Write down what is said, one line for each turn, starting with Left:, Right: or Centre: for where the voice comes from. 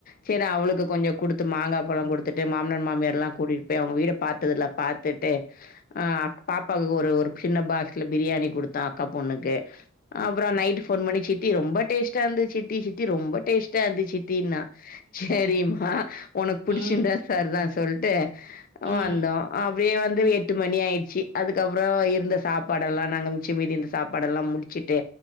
Left: செரி அவுளுக்கு கொஞ்சோ குடுத்து மாங்காப் பழோ குடு துட்டு மாம்னார் மாமியார்ல்லா கூட்டிட் போய் அவுங்க வீட டுதுல பாத்துட்டு அ அக் பாப்பாக்கு ஒரு ஒரு சின்ன பாக்ஸ்ல பிரியாணி குடுத்தா அக்கா பொண்ணுக்கு அப்புறோ நைட்டு ஃபோன் பண்ணி சிட்டி ரொம்ப டேஸ்ட்டா இருந்துது சிட்டி சி ட்டி ரொம்போ டேஸ்டா இருந்துது சிட்டின்னா செரிம்மா உன புடிச்சிந்தா
Right: ம் ம்
Left: சர்தான் சொல்ட்டு
Right: ம்
Left: வந்தோ அப்பிடியே வந்து
Right: ம்
Left: எ ட்டு மணி ஆயிர்ச்சி அதுக்கப்புறோ இருந்த சாப்பாடெல்லா நாங்க மிச்ச மீதி இருந்த சாப்பாடெல்லா முடிச்சிட்டு